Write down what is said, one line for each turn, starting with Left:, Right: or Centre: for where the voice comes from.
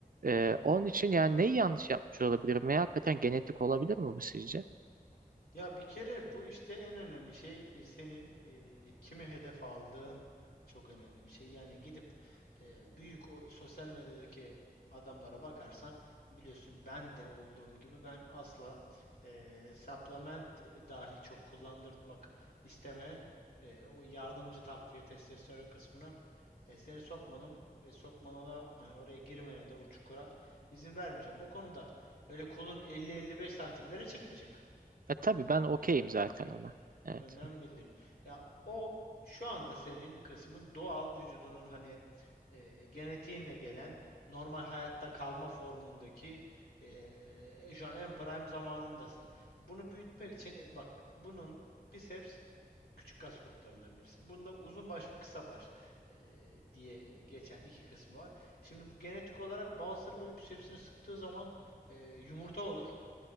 Right: E,
Left: Hı hı.
Right: onun için yani neyi yanlış yapmış olabilirim veya hakikaten genetik olabilir mi bu sizce?
Left: Ya bir kere bu işte en önemli şey e, senin e, kimi hedef aldığın çok önemli bir şey. Yani gidip e, büyük o sosyal medyadaki adamlara bakarsan biliyorsun ben de olduğum gibi ben asla e, supplement dahi çok kullandırtmak istemeyen e, o yardımcı takviye testosteron kısmına e, seni sokmanım ve sokmana da hani oraya girmene de o çukura izin vermeyeceğim. O konuda öyle kolun 50-55 santimlere çıkmayacak.
Right: E tabii ben
Left: Onu
Right: okeyim
Left: bir
Right: zaten
Left: onu bir
Right: ona. Evet.
Left: önden bildireyim. Ya o şu anda senin kısmın doğal vücudunun hani e, genetiğinle gelen normal hayatta kalma formundaki e, şu an en prime zamanındasın. Bunu büyütmek için e, bak bunun biceps küçük kas gruplarından birisi. Bunda uzun baş ve kısa baş e, diye geçen iki kısmı var. Şimdi bu genetik olarak bazıları böyle bisepsini sıktığı zaman e, yumurta olur.